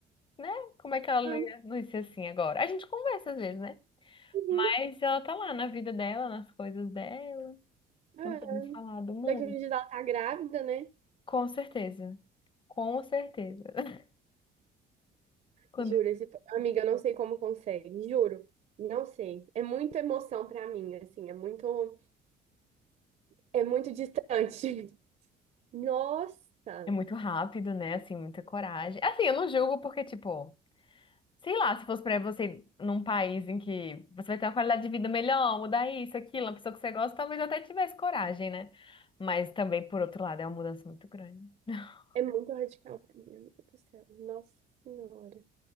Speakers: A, on the left (about 30°); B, on the right (about 45°).
A: né? Como é que ela
B: ah,
A: não ia não ia ser assim agora? A gente conversa às vezes, né?
B: uhum,
A: Mas ela tá lá na vida dela, nas coisas dela.
B: é.
A: Não temos falado muito.
B: Daqui a uns dias ela tá grávida, né?
A: Com certeza. Com certeza. <laughs> Quando
B: Juro,
A: é
B: esse... amiga, eu não sei como consegue, juro. Não sei. É muita emoção pra mim, assim, é muito, é muito distante. <laughs> Nossa,
A: é muito rápido, né? Assim, muita coragem. Assim, eu não julgo porque, tipo, sei lá, se fosse pra você num país em que você vai ter uma qualidade de vida melhor, mudar isso, aquilo, uma pessoa que você gosta, talvez eu até tivesse coragem, né? Mas também, por outro lado, é uma mudança muito grande. <laughs>
B: é muito radical pra mim, amiga do céu. Nossa Senhora.